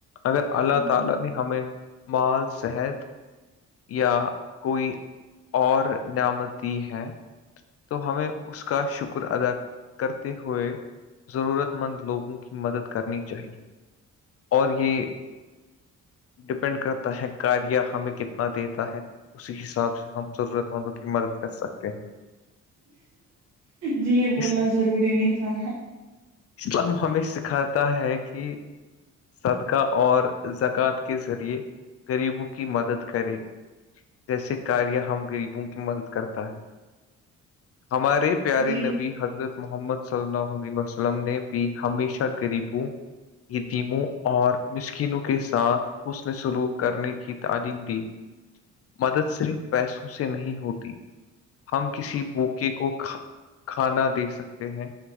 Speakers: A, on the left (about 50°); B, on the right (about 60°).
A: اگر
B: ہوں۔
A: اللہ تعالی نے ہمیں مال صحت یا کوئی اور نعمتی ہے تو ہمیں اس کا شکر ادا کرتے ہوئے ضرورت مند لوگوں کی مدد کرنی چاہیے اور یہ ڈپینڈ کرتا ہے کاریا ہمیں کتنا دیتا ہے اسی حساب سے ہم ضرورت مندوں کی مدد کر سکتے ہیں
B: جی یہ بولنا
A: اس
B: ضروری نہیں تھا
A: اسلام ہمیں سکھاتا ہے کہ صدقہ اور قات کے ذریعے غریبوں کی مدد کرے جیسے کاریا ہم گغریبوں کی مدد کرتا ہے ہمارے پیارے
B: جی
A: نبی حضرت محمد صلی اللہ علیہ وسلم نے بھی ہمیشہ غریب ہوں یہ موں اور مسکینوں کے ساتھ حس نے سلوک کرنے کی تعلیم دی مدد صرف پیسوں سے نہیں ہوتی ہم کسی کو کو کھانا دے سکتے ہیں